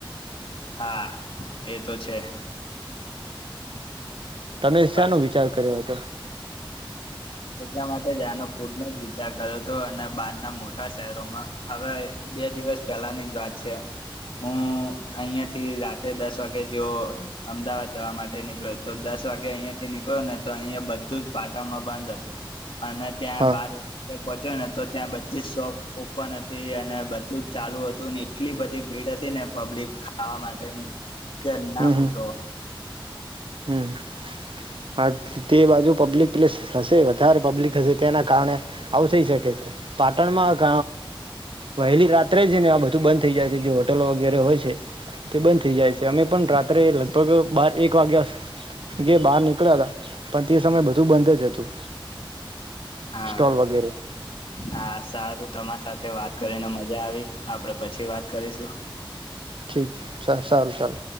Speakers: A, on the left; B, on the right.
A: હા, એ તો છે.
B: <inaudible> તમે
A: પાછું
B: શાનો વિચાર કર્યો હતો
A: એટલા માટે જાનો ફૂડનો જ વિચાર કર્યો હતો અને બહારના મોટા શહેરોમાં હવે બે દિવસ પહેલાની જ વાત છે હું અહીિયાંયાથી રાતે દસ વાગે જેવ અમદાવાદ જવા માટે નીકળ્યો તો દસ વાગે અહીિયાયાથી નીકળ્યો ને તો અહીંયા બધું જ પાટણમાં બંધ હતું. <inaudible> અને ત્યાં
B: હા
A: બાર પહોંચ્યો ને તો ત્યાં બધી જ સોપ ઓપન હતી અને બધું જ ચાલુ હતું એટલી બધી ભીડ હતી ને પબ્લિક ખાવા માટેની કે ના
B: હમ
A: પૂછવાવા
B: હમ હમ હા તે બાજુ પબ્લિક એટલે હશે વધારે પબ્લિક હશે તેના કારણે આવું થઈ શકે છે પાટણમાં વહેલી રાત્રે જ ને આ બધું બંધ થઈ જાય છે જે હોટલો વગેરે હોય છે તે બંધ થઈ જાય છે અમે પણ રાત્રે લગભગ બાર એક વાગ્યાગ બહાર નીકળ પકડાતા પણ તે સમય બધું બંધ જ હતું.
A: હા
B: સ્ટોલ વગેરે
A: હા સાધું તમારા સાથે વાત કરીને મજા આવી આપડે પછી વાત કરીશું.
B: ઠીક સારું ચાલ.